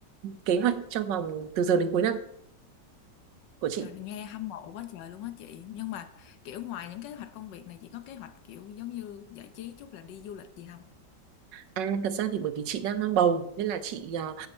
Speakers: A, on the right; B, on the left.
A: kế hoạch trong vòng từ giờ đến cuối năm của chị
B: Trời, nghe hâm mộ quá trời luôn á chị nhưng mà kiểu ngoài những kế hoạch công việc này chị có kế hoạch kiểu giống như giải trí chút là đi du lịch gì không?
A: À, thật ra thì bởi vì chị đang mang bầu nên là chị ờ,